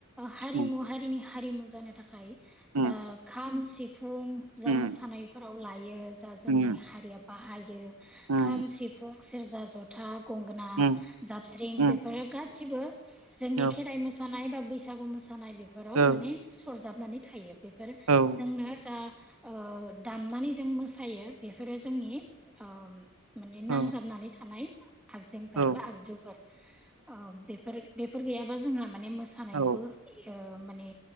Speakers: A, in the centre; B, on the right (about 90°).
A: हारिमु
B: उम
A: हारिनि हारिमु जानो थाखाय
B: उम
A: दा खाम सि फुन जा
B: उम
A: मोसानायफोर फाव लायो जा जोंनि
B: उम
A: हारिया बाहायो
B: उम
A: खाम सिफुं सेरजा जथा गंगोना
B: उम
A: जाबस्रिं
B: उम
A: बेफोरो गा गासिबो जोंनि
B: औ
A: मोसानाय बा बैसागु मोसानाय जानाय बेफोराव
B: औ
A: माने सरजाबनानै थायो बेफोरो
B: औ
A: जोंनो जा ओ दामनानै जों मोसायो बेफोरो जोंनि <unintelligible> माने
B: औ
A: नांजाबनानै थानाय आगजेंफोर
B: औ
A: बा आगजुफोर ओ बेफोर बेफोर गैया बा जोंहा माने मोसानायावबो
B: औ
A: ओ माने